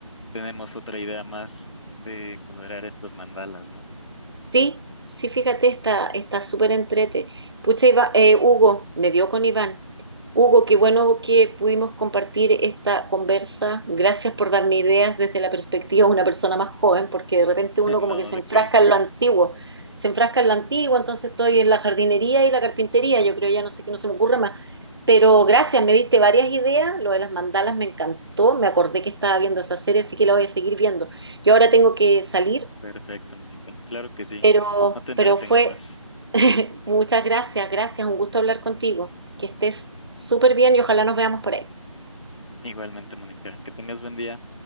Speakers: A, on the left; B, on the right.
A: tenemos otra idea más de colorear estas mandalas, ¿no?
B: Sí, sí, fíjate, está, está súper entrete. Pucha, Iva- eh, Hugo, me dio con Iván. Hugo, qué bueno que pudimos compartir esta conversa. Gracias por darme ideas desde la perspectiva de una persona más joven, porque de repente uno
A: <laughs> No,
B: como que se
A: ¿de
B: enfrasca
A: qué?
B: en lo antiguo. Se enfrasca en lo antiguo, entonces estoy en la jardinería y la carpintería. Yo creo ya no sé qué no se me ocurre más. Pero gracias, me diste varias ideas. Lo de las mandalas me encantó. Me acordé que estaba viendo esa serie, así que la voy a seguir viendo. Yo ahora tengo que salir.
A: Perfecto, Mónica. Claro que sí.
B: Pero,
A: No te entretengo
B: pero fue,
A: más.
B: <laughs> muchas gracias, gracias, un gusto hablar contigo. Que estés súper bien y ojalá nos veamos por ahí.
A: Igualmente, Mónica. Que tengas buen día.